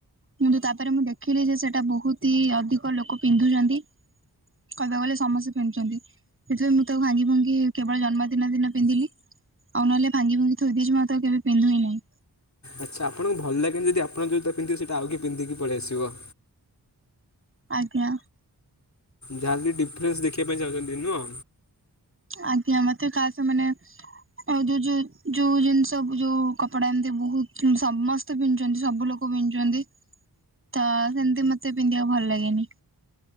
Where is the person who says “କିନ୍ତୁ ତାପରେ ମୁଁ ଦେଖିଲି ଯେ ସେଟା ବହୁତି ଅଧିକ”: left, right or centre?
Right